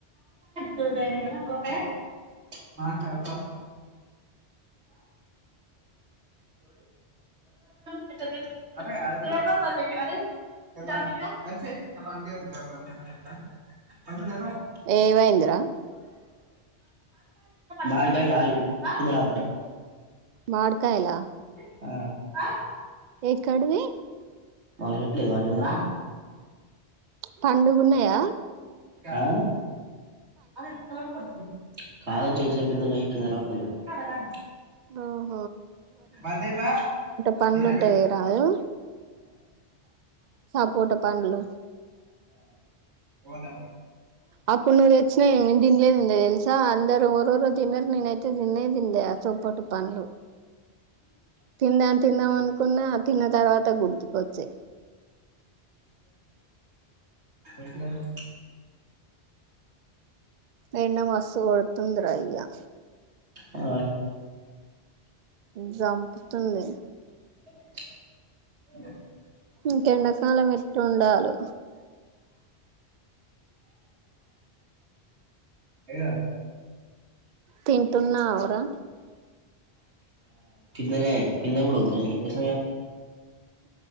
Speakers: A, on the right; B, on the right.
A: చదై అకే మాట అప్ప ఇ అదే
B: ఏవైంది రా
A: మడికాయలు కాదు <unintelligible>
B: మాడికాయల
A: ఆ
B: ఎక్కడివి
A: మా షర్ట్లే వాటికి గూడ
B: పండుగున్నయా
A: ఆ అది తాడిపత్రి కాదు చిన్ చిన్ పిందలయి కింద రాలుతున్నాయ్ అట్ల
B: బఓ
A: బందీపా
B: పండ్లు
A: నేనే
B: ఉంటది
A: బ
B: రాదు సపోట పండ్లు
A: ఓద
B: అప్పుపు నువేచ్చిన దిలే దింద ఎల్సా అందరు వరవ దిన నన అయితే దినే దింద లే చపోటు పంలు తిందాం తిందాం అనుకున్నా తిన్న తర్వాత గుర్తుకొచ్చే
A: ఎట్ల తింటావ్
B: ఎండ మస్సు కొడుతుంది రా అయ్యా
A: ఆ
B: చంపుతుంది
A: అ
B: ఇంక ఎండకాలం ఎట్లు ఉండాలో
A: ఏ
B: తింటున్నా వురా
A: పనే ప కూడాతు ఎస